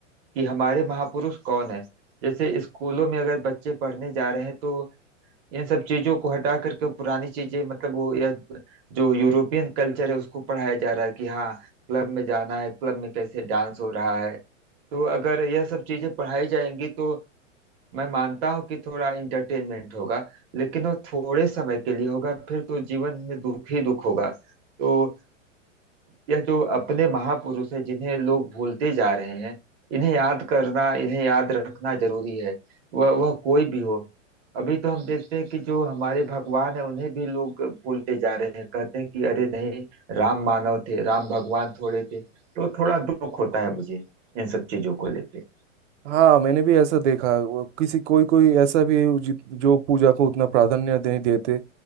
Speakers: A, on the right; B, on the right.
A: कि हमारे महापुरुष कौन है जैसे स्कूलों में अगर बच्चे पढ़ने जा रहे हैं तो इन सब चीजों को हटा करके पुरानी चीजें मतलब वो यह जो यूरोपियन कल्चर है उसको पढ़ाया जा रहा है कि हाँ क्लब में जाना है क्लब में कैसे डांस हो रहा है तो अगर यह सब चीजें पढ़ाई जाएंगी तो मैं मानता हूँ कि थोड़ा इंटरटेनमेंट होगा लेकिन वो थोड़े समय के लिए होगा फिर तो जीवन में दुख ही दुख होगा तो यह जो अपने महापुरुष हैं जिन्हें लोग भूलते जा रहे हैं इन्हें याद करना इन्हें याद रखना जरूरी है वह वह कोई भी हो अभी तो हम देखते हैं कि जो हमारे भगवान है उन्हें भी लोग भूलते जा रहे हैं कहते हैं कि अरे नहीं राम मानव थे राम भगवान थोड़े थे तो थोड़ा दुख होता है मुझे इन सब चीजों को लेके
B: हाँ मैंने भी ऐसा देखा वो किसी कोई कोई ऐसा भी है जि- जो पूजा को उतना प्राधान्य नहीं देते